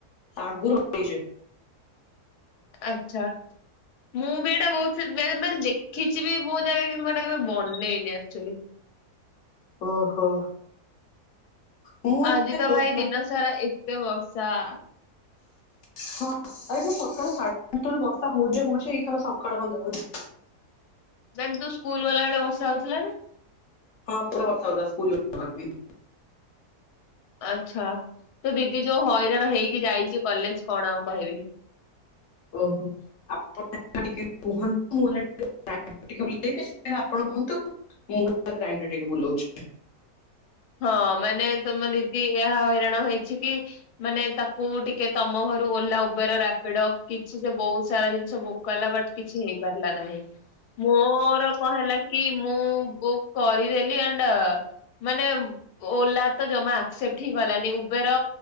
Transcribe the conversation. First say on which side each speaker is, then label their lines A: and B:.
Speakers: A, on the left (about 65°); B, on the left (about 80°).
A: ଆଗରୁ ବନେଇଛି।
B: ଆଛା ମୁଁ ବି ଏଇଟା ବହୁତ ମାନେ ଦେଖିଛିି ବି ବହୁତ ଜାଗାରେ କିନ୍ତୁ ମାନେ କେବେ ବନେଇନି ଆକ୍ଚୁଲି।
A: ଓହୋ। ମୁଁ ଏବେ
B: ଆଜି ତ
A: ବର୍ଷା-
B: ଭାଇ ଦିନ ସାରା ଏତେ ବର୍ଷା
A: ହଁ ଆଜିତ ସକାଳ ସାଢେ ପାଞ୍ଚଟା ରୁ ବର୍ଷା ହଉଛେ ହଉଛେ ଏଇ ଖାନା ସକାଳୁ ବନ୍ଦ ହଉଛି।
B: ମାନେ ତୁ ସ୍କୁଲ ଗଲା ବେଳେ ବର୍ଷା ହଉଥିଲା ନା?
A: ହଁ ପୁରା ବର୍ଷା ହଉଥିଲା ସ୍କୁଲ <unintelligible>
B: ଆଛା ତୋ ଦିଦି ଯୋଉ ହଇରାଣ ହେଇକି ଯାଇଛି କଲେଜ କଣ ଆଉ କହିବି?
A: ଓହୋ। ଆପଣ ଟିକେ କୁହନ୍ତୁ ମୁଁ ଏଇନେ ଟିକେ <unintelligible> ଆପଣ କୁହନ୍ତୁ ମୁଁ ଟିକେ ଗ୍ରାଇଣ୍ଡର ଟିକେ ବୁଲଉଛି।
B: ହଁ ମାନେ ତମ ଦିଦି ଏହା ହଇରାଣ ହେଇଛି କି। ମାନେ ତାକୁ ଟିକେ ତମ ଘରୁ ଓଲା ଉବେର ରାପିଡ କିଛି ସେ ବହୁତ୍ ସାରା ଜିନିଷ ବୁକ୍। କଇଲା ବଟ୍ କିଛି ହେଇପାରିଲା ନାହିଁ। ମୋର କଣ ହେଲା କି ମୁଁ ବୁକ୍ କରିଦେଲି ଆଣ୍ଡ। ମାନେ। ଓଲା ତ ଜମା ଆକ୍ସେପ୍ଟ ହିଁ କଲାନି ଉବେର